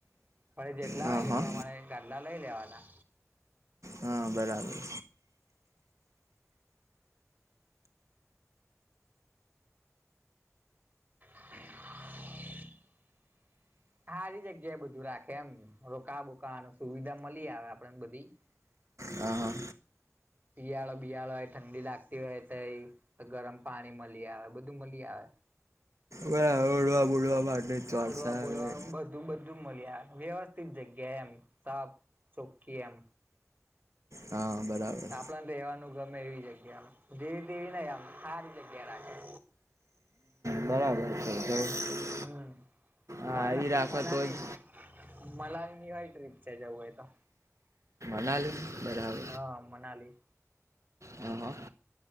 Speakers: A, on the right; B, on the right.
A: પણ જેટલા
B: હા
A: હોય
B: હા
A: એ પ્રમાણે એગાદલા લઈ લેવાના
B: હા બરાબર
A: <inaudible> સારી જગ્યા એ બધું રાખે એમ રોકા બોકા સુવિધા મળી આવે આપડેને બધી
B: હા હા
A: શિયાળો બિયાળો હોય ઠંડી લાગતી હોય તો ગરમ પાણી મળી આવે બધું મળી આવે.
B: વ ઓઢવા બોઢવા માટે ચોરસા
A: ઓડવા બોડવાનું
B: આવે.
A: બધું મળી આવે વ્યવસ્થિત જગ્યા એમ સાફ ચોખી એમ.
B: હા બરાબર
A: આપડને રહેવાનું ગમે એવી જગ્યા. જેવી તેવી નહીં આમ હારી જગ્યા લાગે.
B: બરાબર <inaudible>
A: હમ
B: હારી
A: મલા
B: રાખો
A: મનાની
B: તો જ
A: મલા નિવાળ ટ્ર્રીપ જવું એ તો
B: મનાલી બરાબર
A: હા મનાલી
B: હા હા